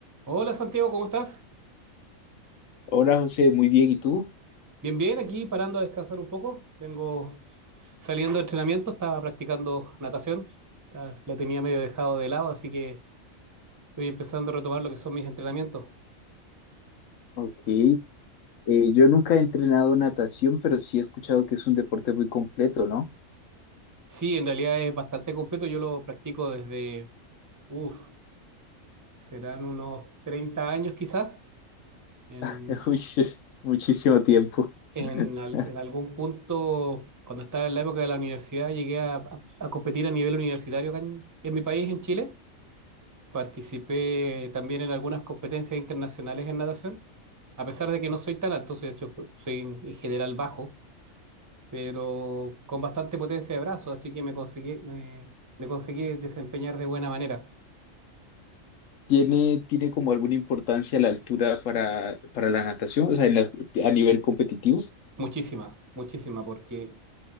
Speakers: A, on the right; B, on the left.
A: Hola Santiago, ¿cómo estás?
B: Hola José, muy bien, ¿y tú?
A: Bien, bien, aquí parando a descansar un poco. Vengo saliendo de entrenamiento, estaba practicando natación. Ta- La tenía medio dejado de lado, así que estoy empezando a retomar lo que son mis entrenamientos.
B: Ok, eh, yo nunca he entrenado natación, pero sí he escuchado que es un deporte muy completo, ¿no?
A: Sí, en realidad es bastante completo. Yo lo practico desde, uff, serán unos 30 años quizás. En,
B: <laughs> Uy, es muchísimo tiempo.
A: en
B: <laughs>
A: al- en algún punto, cuando estaba en la época de la universidad, llegué a, a- a competir a nivel universitario acá en en mi país, en Chile. Participé también en algunas competencias internacionales en natación, a pesar de que no soy tan alto, soy, de hecho, soy en en general bajo, pero con bastante potencia de brazos, así que me conseguí, me, me conseguí desempeñar de buena manera.
B: ¿Tiene, tiene como alguna importancia la altura para, para la natación? O sea, en la- a nivel competitivo.
A: Muchísima, muchísima, porque